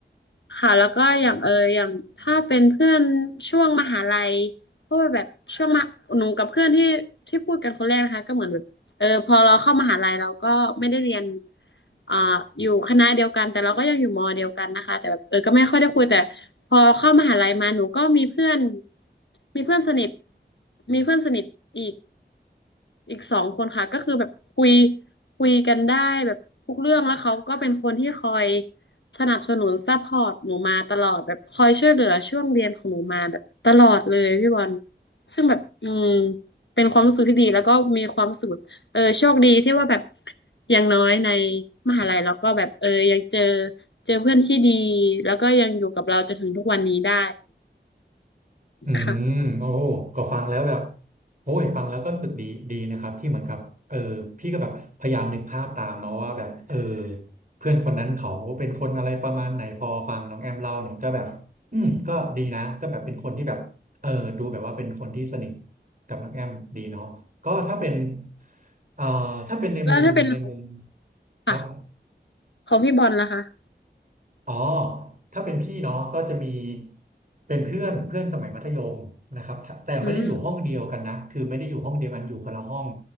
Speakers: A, on the left; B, on the right.
A: ค่ะแล้วก็อย่างเอออย่างถ้าเป็นเพื่อนช่วงมหาลัยเพราะว่าแบบช่วงมหาหนูกับเพื่อนที่ที่พูดกันคนแรกนะคะก็เหมือนแบบเออพอเราเข้ามหาลัยเราก็ไม่ได้เรียนอ่าอยู่คณะเดียวกันแต่เราก็ยังอยู่มอเดียวกันนะคะแต่แบบเออก็ไม่ค่อยได้คุยแต่พอเข้ามหาลัยมาหนูก็มีเพื่อนมีเพื่อนสนิทมีเพื่อนสนิทอีก อีกสองคนค่ะก็คือแบบคุยคุยกันได้แบบทุกเรื่องแล้วเขาก็เป็นคนที่คอยสนับสนุนซัพพอร์ตหนูมาตลอดแบบคอยช่วยเหลือช่วงเรียนของหนูมาแบบตลอดเลยพี่บอลซึ่งแบบอืมเป็นความรู้สึกที่ดีแล้วก็มีความรู้สึกแบบเออโชคดีที่ว่าแบบอย่างน้อยในมหาลัยแล้วก็แบบเออยังเจอเจอเพื่อนที่ดีแล้วก็ยังอยู่กับเราจนถึงทุกวันนี้ได้
B: อืมโอ้
A: ค่ะ
B: ก็ฟังแล้วแบบโอ้ยฟังแล้วก็รู้สึกดีดีนะครับที่เหมือนกับเออพี่ก็แบบพยายามนึกภาพตามเนาะว่าแบบเออเพื่อนคนนั้นเขาเป็นคนอะไรประมาณไหนพอฟังน้องแอมเล่าเนี่ยก็แบบอืมก็ดีนะก็แบบเป็นคนที่แบบเออดูแบบว่าเป็นคนที่สนิทกับน้องแอมดีเนาะก็ถ้าเป็นเอ่อถ้าเป็นในมุมในมุม
A: แล้วถ้าเป็นของ
B: ครับ
A: ค่ะของพี่บอลล่ะคะ
B: อ๋อถ้าเป็นพี่เนาะก็จะมีเป็นเพื่อนเพื่อนสมัยมัธยมนะครับแต่ไม่ได้อยู่ห้องเดียวกันนะคือไม่ได้อยู่ห้องเดียวกันอยู่คนละห้อง
A: อืม